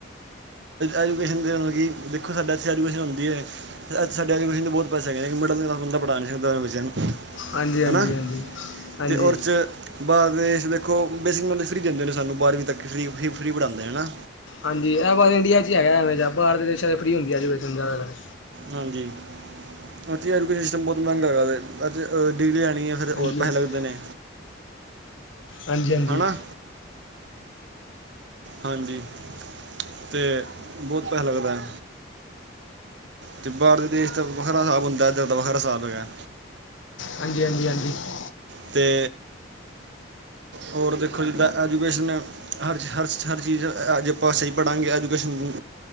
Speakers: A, on the right (about 65°); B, on the left (about 80°).
A: ਐਜੂਕੇਸ਼ਨ ਦੇ ਮਤਲਬ ਕਿ ਦੇਖੋ ਸਾਡੇ ਇੱਥੇ ਐਜੂਕੇਸ਼ਨ ਹੁੰਦੀ ਐ ਏਥੇ ਸਾਡੇ ਐਜੂਕੇਸ਼ਨ ਦੇ ਬਹੁ ਪੈਸੇ ਹੈਗੇ ਨੇ ਮਿਡਲ ਕਲਾਸ ਬੰਦਾ ਪੜਾ ਨਹੀਂ ਸਕਦਾ ਅਪਨੇ ਬੱਚਿਆਂ ਨੂੰ
B: ਹਾਂਜੀ ਹਾਂਜੀ
A: ਹੈਨਾ
B: ਹਾਂਜੀ ਹਾਂਜੀ
A: ਤੇ ਉਹਦੇ ਚ ਬਾਰ ਦੇਸ਼ ਦੇਖੋ, ਬੇਸਿਕ ਨੌਲੇਜ ਫ੍ਰੀ ਦਿੰਦੇ ਨੇ ਸਾਨੂੰ, ਬਾਰ੍ਹਵੀਂ ਤੱਕ ਫ੍ਰੀ-ਫ੍ਰੀ ਪੜ੍ਹਾਂਦੇ ਨੇ, ਨਾ।
B: ਹਾਂਜੀ ਇਹ ਬਸ ਇੰਡੀਆ ਚ ਹੈਗਾ ਐਵੇਂ ਜੇਹਾ ਬਾਹਰ ਦੇ ਦੇਸ਼ਾਂ ਚ ਫਰੀ ਹੁੰਦੀ ਐਜੂਕੇਸ਼ਨ ਸਾਰਾ ਕੁਛ
A: ਹਾਂਜੀ ਉੱਥੇ ਐਜੂਕੇਸ਼ਨ ਸਿਸਟਮ ਬਹੁਤ ਮਹਿੰਗਾ ਹੈਗਾ ਵੇ ਡਿਗਰੀ ਆਉਣੀ ਨਹੀਂ ਤੇ ਫੇਰ
B: ਹਾਂਜੀ
A: ਹੋਰ ਪੈਸੇ
B: ਹਾਂਜੀ
A: ਲੱਗਦੇ ਨੇ
B: ਹਾਂਜੀ ਹਾਂਜੀ
A: ਹੈ ਨਾ ਹਾਂਜੀ ਤੇ ਬਹੁਤ ਪੈਸਾ ਲੱਗਦਾ ਐ ਅਤੇ ਬਾਹਰਦੇ ਦੇਸ਼ ਦਾ ਵੱਖਰਾ ਸਾਬ ਹੁੰਦਾ, ਇੱਧਰ ਦਾ ਵੱਖਰਾ ਸਾਬ ਹੈਗਾ।
B: ਹਾਂਜੀ-ਹਾਂਜੀ- ਹਾਂਜੀ‌।
A: ਅਤੇ ਹੋਰ ਦੇਖੋ, ਜਿੱਦਾਂ ਐਜੂਕੇਸ਼ਨ ਹਰ, ਹਰ, ਹਰ ਚੀਜ਼, ਹਾਜੇ ਪਾਸੇ ਹੀ ਪੜ੍ਹਾਂਗੇ, ਐਜੂਕੇਸ਼ਨ